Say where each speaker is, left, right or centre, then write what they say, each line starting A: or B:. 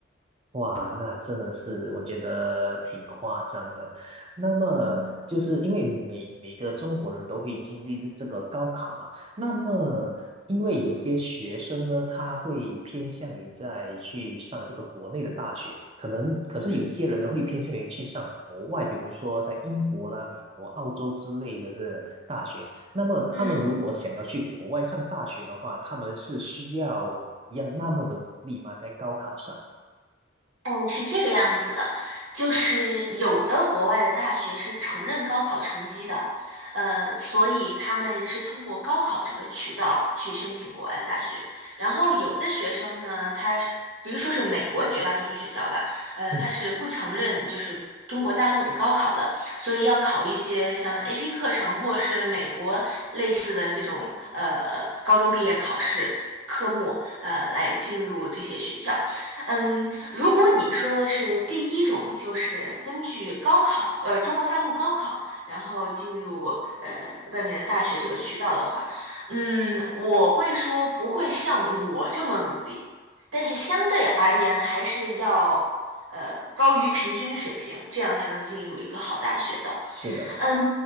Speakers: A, on the right; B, on the right.
A: 哇，那真的是我觉得挺夸张的。那么，就是因为每每个中国人都会经历这这个高考嘛，那么因为有些学生呢，他会偏向于在去上这个国内的大学，可能可是有些人呢会偏向于去上国外，
B: 嗯
A: 比如说在英国啦、美国、澳洲之类的这大学。那么他们如果想要去国外上大学的话，
B: 嗯。
A: 他们是需要一样那么的努力吗？在高考上？
B: 嗯，是这个样子的，就是有的国外的大学是承认高考成绩的，呃，所以他们是通过高考这个渠道去申请国外的大学。然后有的学生呢，他是，比如说是美国绝大多数学校吧，呃，
A: 嗯。
B: 他是不承认就是中国大陆的高考的，所以要考一些像 AP 课程或者是美国类似的这种呃高中毕业考试科目，呃，来进入这些学校。嗯，如果你说的是第一种，就是根据高考，呃，中国大陆高考，然后进入呃外面的大学这个渠道的话，嗯，我会说不会像我这么努力，但是相对而言还是要呃高于平均水平，这样才能进入一个好大学的。
A: 是的，
B: 嗯，